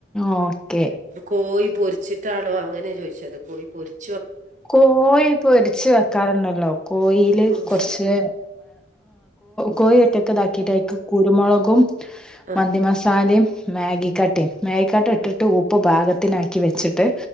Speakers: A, in the centre; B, on the right (about 40°).
A: ഓക്കെ
B: കോയി പൊരിച്ചിട്ടാണോ അങ്ങനെയാ ചോയിച്ചത് കോയിപൊരിച്ച
A: കോയി പൊരിച്ച് വെക്കാറൊന്നുല്ല കോയില്
B: ഉം
A: കുറച്ച് കോയി ഒറ്റകിതാക്കിയിട്ട് അയിക്ക് കുരുമുളകും
B: ആഹ്
A: മന്തി മസാലയും മാഗി കട്ടയും മേഗിക്കട്ട
B: ആഹ്
A: ഇട്ടിട്ട് ഉപ്പ് പാകത്തിനാക്കി വെച്ചിട്ട്